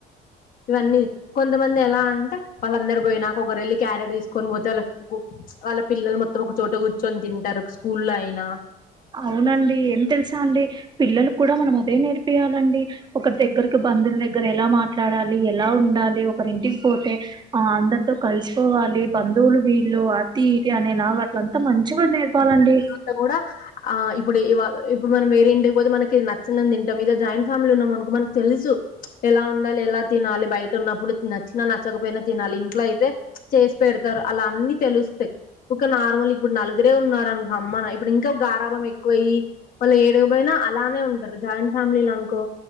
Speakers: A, on the left; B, on the right.
A: ఇవన్నీ కొంతమంది ఎలా అంటే వాళ్ళందరు పోయి నాక ఒకరు వెళ్ళి క్యారియర్ తీసుకొని పోతే వాళ్ళకి వాళ్ళ పిల్లలు మొత్తం ఒక చోట కూర్చొని తింటారు స్కూల్ల్లో అయినా
B: అవునండి ఏం తెలుసా అండి పిల్లలు కూడా మనం అదే నేర్పియాలండి ఒకరి దగ్గరకి బంధువుల దగ్గర ఎలా మాట్లాడాలి ఎలా ఉండాలి ఒకరి ఇంటికి పోతే ఆ అందరితో కలిసికోవాలి బంధువులు వీళ్ళు అతి ఇతి అనేలాగా అట్ల అంత మంచిగా నేర్పాలండి
A: తే కూడా ఆ ఇప్పుడు ఇవాళ ఇప్పుడు మనం వేరే ఇంటికి పోతే మనకి నచ్చంది తింటాం ఇదో జాయింట్ ఫ్యామిలీ ఉన్నాం అనుకో మనకు తెలుసు ఎలా ఉండాలి ఎలా తినాలి బయట ఉన్నప్పుడు నచ్చినా నచ్చకపోయినా తినాలి ఇంట్లో అయితే చేసి పెడతారు అలా అన్ని తెలుస్తాయి ఒక నార్మల్ ఇప్పుడు నలుగురే ఉన్నారు అనుకో అమ్మన ఇప్పుడు ఇంకా గారాభం ఎక్కువ అయ్యి వాళ్ళు ఏడిగా పోయినా అలానే ఉంటారు జాయింట్ ఫ్యామిలీలు అనుకో